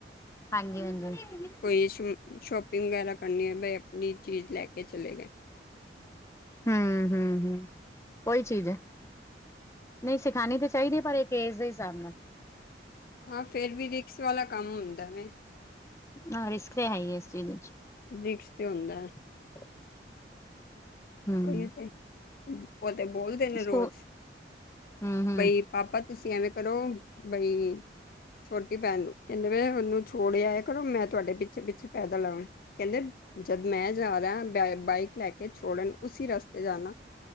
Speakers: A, on the left; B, on the left.
A: ਹਾਂਜੀ-ਹਾਂਜੀ।
B: ਕੋਈ ਸ਼ ਸ਼ੋਪਿੰਗ ਵਗੈਰਾ ਕਰਨੀ ਹੈ ਬਈ ਆਪਣੀ ਚੀਜ਼ ਲੈ ਕੇ ਚਲੇ ਗਏ।
A: ਹੂੰ ਹੂੰ ਹੂੰ ਉਹੀ ਚੀਜ਼ ਏ। ਨਹੀਂ ਸਿਖਾਣੀ ਤਾਂ ਚਾਹੀਦੀ ਹੈ ਪਰ ਇੱਕ ਏਜ ਦੇ ਹਿਸਾਬ ਨਾਲ।
B: ਹਾਂ ਫੇਰ ਵੀ ਰਿਕਸ ਵਾਲਾ ਕੰਮ ਹੁੰਦਾ ਵੇ।
A: ਹਾਂ ਰਿਸਕ ਤੇ ਹੈ ਈ ਇਸ ਚੀਜ਼ ਵਿੱਚ।
B: ਰਿਕਸ 'ਤੇ ਹੁੰਦਾ।
A: <inaudible> ਹੂੰ
B: ਉਹੀ ਤੇ, ਉਹ ਤੇ ਬੋਲਦੇ ਨੇ
A: ਸਕੂ
B: ਰੋਜ਼,
A: ਹੂੰ ਹੂੰ
B: ਬਈ ਪਾਪਾ ਤੁਸੀਂ ਐਵੇਂ ਕਰੋ, ਬਈ ਛੋਟੀ ਭੈਣ ਨੂੰ, ਕਹਿੰਦੇ ਪਏ ਮੈਨੂੰ ਛੋੜ ਆਇਆ ਕਰੋ ਮੈਂ ਤੁਹਾਡੇ ਪਿੱਛੇ-ਪਿੱਛੇ ਪੈਦਲ ਆਵਾਂ। ਕਹਿੰਦੇ ਜਦ ਮੈਂ ਜਾ ਰਿਹਾ ਬਾਈਕ ਲੈ ਕੇ ਛੋੜਨ ਉਸੀ ਰਸਤੇ ਜਾਣਾ,